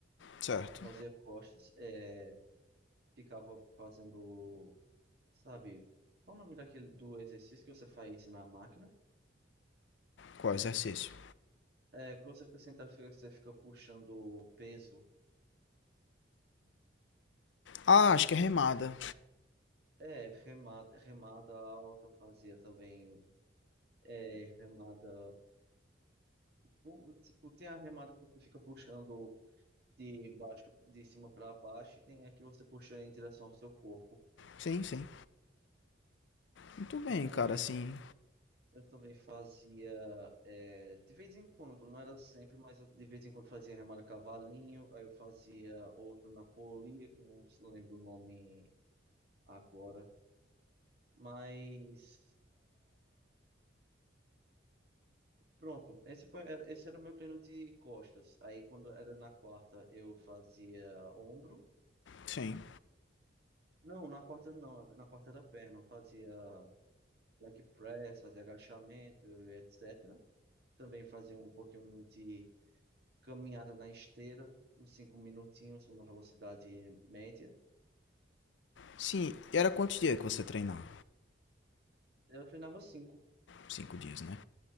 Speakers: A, on the left; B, on the right.
A: certo.
B: eu fazia costas, é, ficava fazendo, sabe, qual o nome daquele, do exercício que você faz na máquina?
A: Qual exercício?
B: É, quando você fica sentado, fica- você fica puxando o peso.
A: Ah, acho que é remada.
B: É, remada, remada alta eu fazia também. É, remada. o- Tipo, tem a remada que você fica puxando de baixo, de cima para baixo, e tem a que você puxa em direção ao seu corpo.
A: Sim, sim. Muito bem,
B: Eu também,
A: cara, assim,
B: f- eu também fazia, é, de vez em quando, não era sempre, mas eu de vez em quando fazia remada cavalinho, aí eu fazia outro na polia, que eu não se lembro o nome agora, mas. Pronto, esse foi, era- esse era o meu treino de costas. Aí quando era na quarta eu fazia ombro.
A: sim.
B: Não, na quarta não, na quarta era perna. Eu fazia leg press, fazia agachamento, etc. Também fazia um pouquinho de caminhada na esteira, uns cinco minutinhos, uma velocidade média.
A: Sim, e era quantos dias que você treinava?
B: Eu treinava cinco.
A: Cinco dias, né?